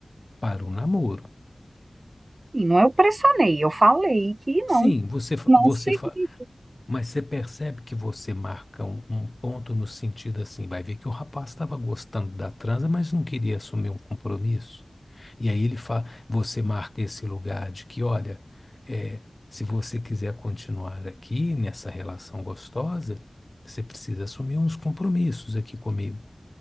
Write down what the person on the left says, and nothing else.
para o namoro.
Sim, você, fa-
você,
fa- mas você percebe que você marca um, um ponto no sentido assim, vai ver que o rapaz estava gostando da transa, mas não queria assumir um compromisso. E aí ele fala, você marca esse lugar de que, olha, é, se você quiser continuar aqui nessa relação gostosa, você precisa assumir uns compromissos aqui comigo.